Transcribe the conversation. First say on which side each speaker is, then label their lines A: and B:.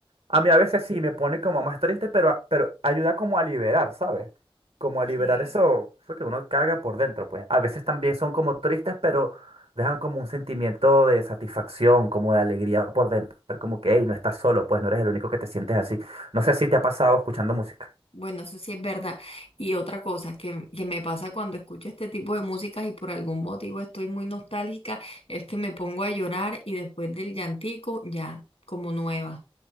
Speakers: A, on the right; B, on the left.
A: A mí a veces sí me pone como más triste, pero, a- pero ayuda como a liberar, ¿sabes? Como a
B: Sí.
A: liberar eso, eso que uno carga por dentro, pues. A veces también son como tristes, pero dejan como un sentimiento de satisfacción, como de alegría por dentro. Pero Como que, hey, no estás solo, pues no eres el único que te sientes así. No sé si te ha pasado escuchando música.
B: Bueno, eso sí es verdad. Y otra cosa que, que me pasa cuando escucho este tipo de músicas y por algún motivo estoy muy nostálgica, es que me pongo a llorar y después del llantico, ya, como nueva,